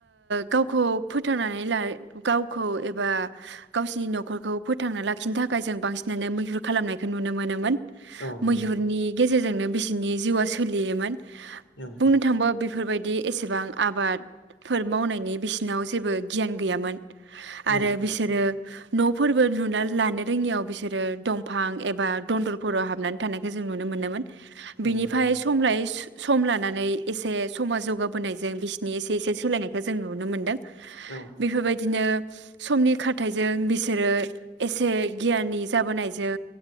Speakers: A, on the right; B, on the left.
A: गावखौ फोथांनानै ला गावखौ एबा गावसिनि न'खरखौ फोथांनानै लाखिनो थाखाय जों बांसिनानो मैहुर खालामनायखौ नुनो मोनोमोन।
B: औ नंगौ
A: मैहुरनि। गेजेरजोंनो बिसि। बिनि जिउआ सोलियोमोन।
B: औ
A: बुंनो थाङोबा बेफो। बेफोरबायदि एसेबां आबादफोर मावनायनि बिसिनाव जेबो गियान गैयामोन। आरो
B: औ
A: बिसोरो। न'फोरबो लुना लानो रोङियाव बिसोरो दंफां एबा दन्दरफोराव हाबनानै थानायखौ जों नुनो मोनोमोन।
B: औ
A: बिनिफ्राय
B: नंगौ
A: समलायै सम सम लानानै एसे समाज जौगाबोनायजों बिसिनि एसे-एसे सोलायनायखौ जों नुनो मोन्दों।
B: औ
A: बेफोरबायदि बिदिनो समनि खारथाइजों बिसोरो एसे गियाननि जाबोनायजों